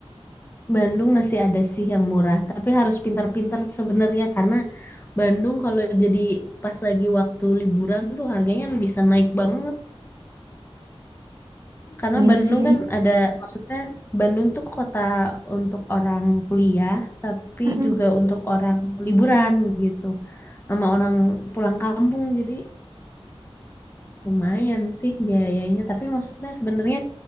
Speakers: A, on the left; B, on the right.
A: Bandung masih ada sih yang murah, tapi harus pintar-pintar sebenarnya karena Bandung kalau jadi pas lagi waktu liburan tuh harganya bisa naik banget. Karena
B: Iya
A: Bandung
B: sih.
A: kan ada, maksudnya Bandung tuh kota untuk orang kuliah, tapi
B: Mm-mm.
A: juga untuk orang liburan gitu, sama orang pulang kampung. Jadi lumayan sih biayanya, tapi maksudnya sebenarnya